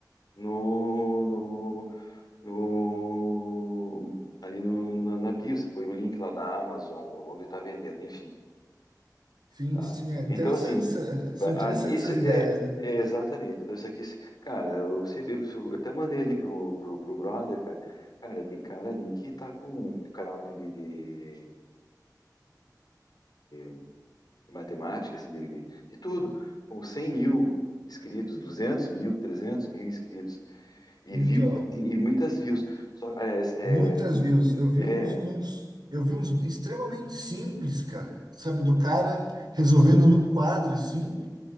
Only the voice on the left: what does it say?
no, no, no ali no, na, na bio, você põe o link lá da Amazon, onde está vendendo, enfim,
tá?
Então, assim,
vai-
ali, isso
é,
é exatamente. Então, isso aqui, se- cara, eu, se- eu, se- eu até mandei ali pro, pro, pro brother, cara, cara, tem cara ali que tá com o canal de, de, de- de de matemática, assim, de, de, de tudo, com 100 mil inscritos, 200 mil, 300 mil inscritos, e
views, assim, e muitas views. Só, aliás, é,
é,